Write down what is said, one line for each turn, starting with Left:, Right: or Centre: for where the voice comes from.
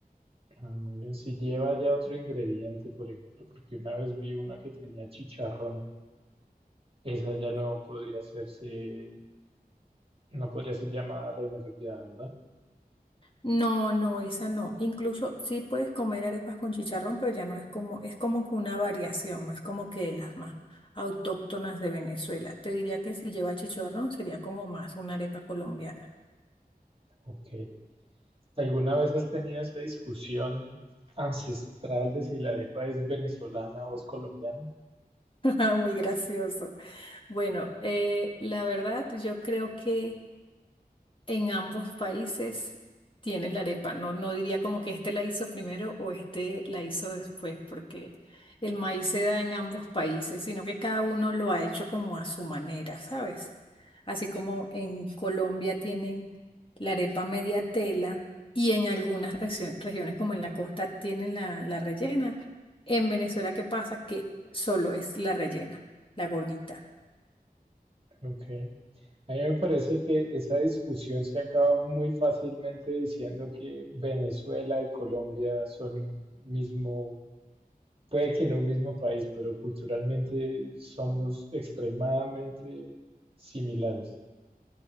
Right: ah, muy bien. Si lleva ya otro ingrediente, por ejemplo, porque una vez vi una que tenía chicharrón, esa ya no podría hacerse, no podría ser llamada reina pepiada, ¿verdad?
Left: No, no, esa no. Incluso sí puedes comer arepas con chicharrón, pero ya no es como, es como que una variación, no es como que de las más autóctonas de Venezuela. Te diría que si lleva chicharrón sería como más una arepa colombiana.
Right: Ok. ¿Alguna vez has tenido esa discusión ancestral de si la arepa es venezolana o es colombiana?
Left: <laughs> Muy gracioso. Bueno, eh, la verdad, yo creo que en ambos países tienen la arepa. No, no diría como que este la hizo primero o este la hizo después, porque el maíz se da en ambos países, sino que cada uno lo ha hecho como a su manera, ¿sabes? Así como en Colombia tienen la arepa media tela y en algunas regio- regiones como en la costa tienen la, la rellena. En Venezuela, ¿qué pasa? Que solo es la rellena, la gordita.
Right: Ok. A mí me parece que esa discusión se acaba muy fácilmente diciendo que Venezuela y Colombia son un mismo, puede que no un mismo país, pero culturalmente somos extremadamente similares.